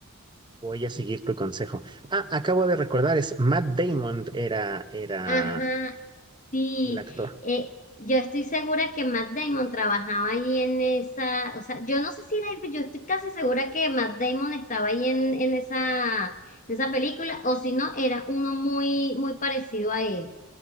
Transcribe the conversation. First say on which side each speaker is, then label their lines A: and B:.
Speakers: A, on the right; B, on the left.
A: Voy a seguir tu consejo. Ah, acabo de recordar, es Matt Damon era, era
B: Ajá, Sí,
A: el actor.
B: eh, yo estoy segura que Matt Damon trabajaba ahí en esa, o sea, yo no sé si era él, pero yo estoy casi segura que Matt Damon estaba ahí en, en esa, en esa película, o si no, era uno muy, muy parecido a él.